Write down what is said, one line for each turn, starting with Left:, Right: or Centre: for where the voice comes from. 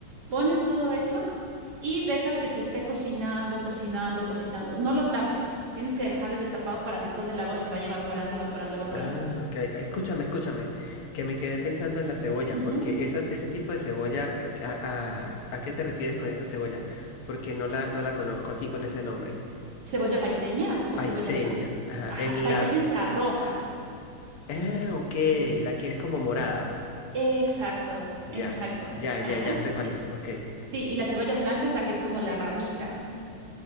Right: pones todo eso y dejas que se esté cocinando, cocinando, cocinando. No lo tapes, tienes que dejarle destapado para que todo el agua se vaya evaporando, evaporando, evaporando.
Left: Ah, ok. Escúchame, escúchame, que me quedé pensando en la cebolla,
Right: Ujú.
Left: porque esa, ese tipo de cebolla, eh, ¿a, a- a qué te refieres con esa cebolla? Porque no la, no la conozco aquí con ese nombre.
Right: ¿Cebolla paiteña
Left: Paiteña.
Right: o cebolla blanca?
Left: Ajá.
Right: Ajá,
Left: el
Right: paiteña
Left: la...
Right: es la roja.
Left: Ah, ok, la que es como morada.
Right: Exacto,
Left: Ya,
Right: exacto.
Left: ya,
Right: Ajá.
Left: ya, ya sé cuál es. Ok.
Right: Sí, y la cebolla blanca es la que es como la ramita.